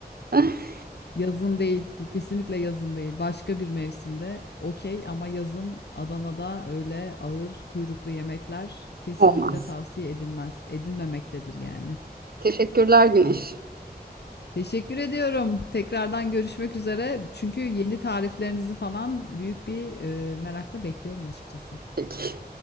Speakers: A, on the right; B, on the left.
A: <laughs>
B: Yazın değil. Kesinlikle yazın değil. Başka bir mevsimde okey ama yazın Adana'da öyle ağır kuyruklu yemekler kesinlikle
A: Olmaz.
B: tavsiye edilmez. Edilmemektedir yani.
A: Teşekkürler Güneş.
B: Teşekkür ediyorum. Tekrardan görüşmek üzere. Çünkü yeni tariflerinizi falan büyük bir e, merakla bekliyorum açıkçası.
A: Peki.